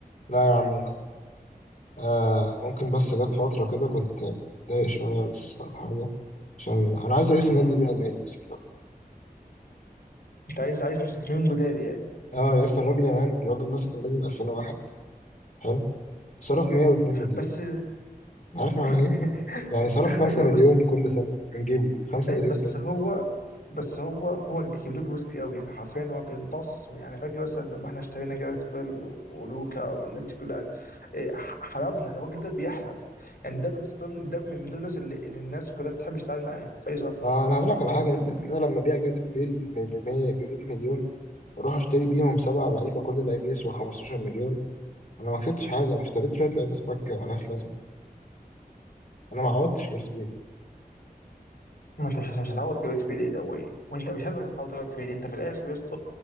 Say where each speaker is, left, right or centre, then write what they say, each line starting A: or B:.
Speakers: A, on the left; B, on the left.
A: لا يا عم انا آه ممكن بس جت فترة كده كنت متضايق شوية بس ولا حاجة عشان انا عايز رئيس
B: اه
A: النادي يبيع النادي بس مش أكتر.
B: انت عايز عايز مستثمرين جداد يعني
A: اه يا اسطى الراجل يا مان الراجل ماسك النادي من 2001 حلو صرف 102 مليون
B: بس
A: عارف معناه
B: <laughs>
A: يعني صرف 5
B: ايوه
A: مليون
B: بس
A: كل سنة من جيبه 5
B: اي
A: مليون
B: بس
A: بس
B: هو بس هو هو بيجيب لك فلوس كتير قوي يعني حرفيا هو بيمتص يعني فاكر مثلا لما احنا اشترينا جاريث بيل ولوكا والناس دي كلها إيه، ح- حلبنا الراجل ده بيحلب يعني دافيد ستون ده من من دول الناس اللي, اللي الناس كلها بتحب تشتغل معاه في اي صفقه
A: ما أنا هقول لك على
B: هو
A: حاجة
B: بي
A: أنت
B: بي
A: أنا لما أبيع جاريث بيل ب 100 مليون وأروح أشتري بيهم سبع لعيبة كل لعيب يسوى 15 مليون أنا ما كسبتش حاجة أنا اشتريت شوية لعيبة فكة ملهاش لازمة أنا ما عوضتش جاريث بيل
B: ما انت مش مش هتعوض جاريث بيل إيه ده واي وانت مش هتقدر تعوض جاريث بيل انت في الاخر بس